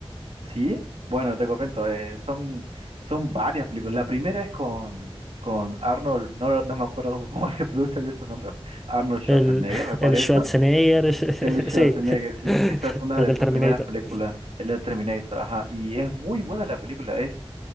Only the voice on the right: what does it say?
¿Sí? Bueno, te comento, eh, son, son varias películas. La primera es con, con Arnold, no, no me acuerdo <laughs> cómo se pronuncia bien su nombre, Arnold Schwarzenegger,
me parece.
El de Schwarzenegger,
sí,
esa es una
de
sus
primeras películas, el de Terminator, ajá, y es muy buena la película, es